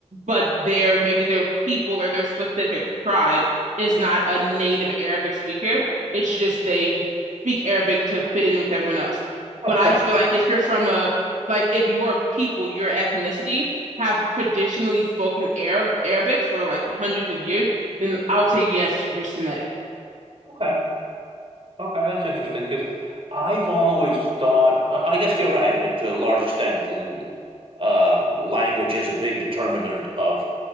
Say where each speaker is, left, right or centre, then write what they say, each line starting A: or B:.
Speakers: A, on the right; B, on the right.
A: but their maybe their people or their specific tribe is not a native Arabic speaker. It's just they speak Arabic to fit in with everyone else.
B: Oh,
A: But I
B: sure.
A: feel like if you're from a like if your people, your ethnicity have traditionally spoken Arab Arabic for like hundreds of years, then I would say yes, you're Semitic.
B: Okay. Okay, that's interesting because I've always thought. I guess you're right. To a large extent, uh, language is a big determinant of